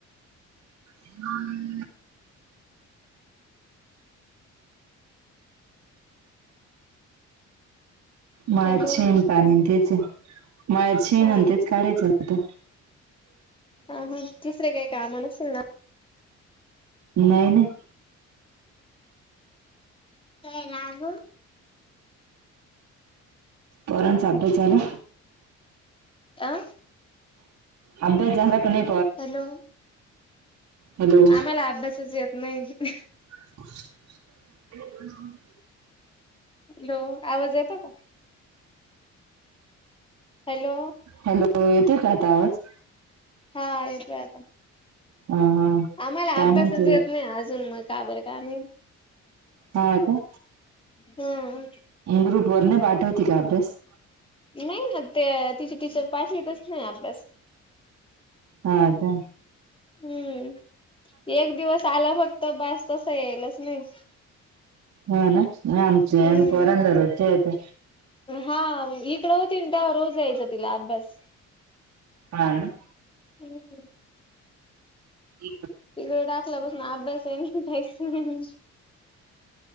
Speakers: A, on the right; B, on the left.
A: हा म माझं
B: हॅलो
A: पण पाणी तेच आये शेण
B: हा
A: तेच काढायचं होत
B: हा मग दुसरे काय काम नसतील ना
A: नाही नाही.
B: काय लाग?
A: पोरांचा आभ्यास झाला?
B: आ?
A: अभ्यास झाला का नाय?
B: हॅलो
A: हॅलो
B: आम्हाला अभ्यासच येत नाही.
A: <inaudible>
B: हॅलो आवाज येतो का? हॅलो
A: हॅलो येतोय का आता आवाज?
B: हा येतोय आता.
A: हा हा
B: आम्हाला
A: काय
B: अभ्यासच
A: म्हणते
B: येत नाही अजून म का बरं माहित?
A: हा का?
B: हम्म.
A: ग्रुपवर नाय पाठवती का अभ्यास?
B: नाही ना ते तिची टीचर पाठवीतच नाही अभ्यास.
A: हा का?
B: हम्म एक दिवस आला फक्त बस तसा यायलाच नाही.
A: ह ना म आमच्या
B: हम्म.
A: पोरांना रोच्या येतय.
B: हा इकड होती त्यावा रोज द्यायचं तिला अभ्यास.
A: हा ना
B: हम्म पुढेच
A: ईक
B: तिकडे टाकल्या पासून अभ्यास हि काहीच नाही.